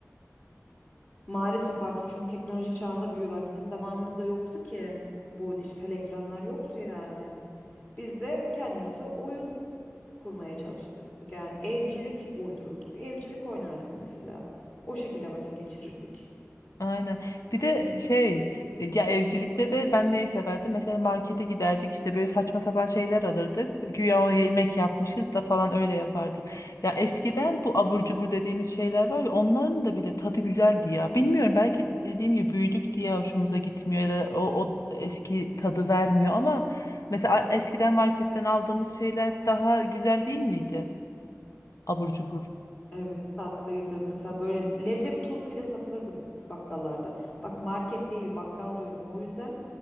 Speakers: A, on the left (about 30°); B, on the left (about 85°).
A: Maalesef artık çünkü teknoloji çağında büyüyorlar. Bizim zamanımızda yoktu ki. Bu dijital ekranlar yoktu yani. Biz de kendimize oyun kurmaya çalışırdık. Yani evcilik uydururduk. Evcilik oynardık mesela. O şekilde vakit geçirirdik.
B: Aynen. Bir de şey e, ya evcilikte de ben neyi severdim? Mesela markete giderdik işte böyle saçma sapan şeyler alırdık. Güya o yemek yapmışız da falan öyle yapardık. Ya eskiden bu abur cubur dediğimiz şeyler var ya onların da bile tadı güzeldi ya. Bilmiyorum belki dediğim gibi büyüdük diye hoşumuza gitmiyor ya da o, o eski tadı vermiyor ama mesela eskiden marketten aldığımız şeyler daha güzel değil miydi? Abur cubur.
A: Evet tatlıydı. Mesela böyle leblebi tozu bile satılırdı bakkallarda. Bak market değil bakkal diyorum. O yüzden